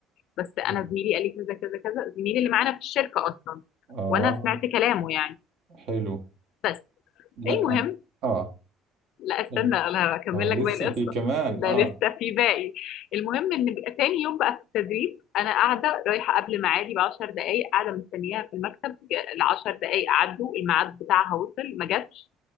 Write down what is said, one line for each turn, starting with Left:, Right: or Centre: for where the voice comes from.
Left: بس انا
Right: آه
Left: زميلي قال لي كذا كذا كذا زميلي اللي معانا في الشركه اصلا
Right: آه.
Left: وانا سمعت كلامه يعني
Right: حلو
Left: بس
Right: لا
Left: المهم
Right: أم- اه
Left: لا استنى
Right: طبعا
Left: انا هكمل
Right: اه
Left: لك
Right: لسه
Left: باقي القصه
Right: في كمان
Left: ده
Right: اه
Left: لسه في باقي المهم ان بقى تاني يوم بقى في التدريب انا قاعده رايحه قبل ميعادي ب 10 دقائق قاعده مستنياها في المكتب ال 10 دقائق عدوا الميعاد بتاعها وصل ما جاتش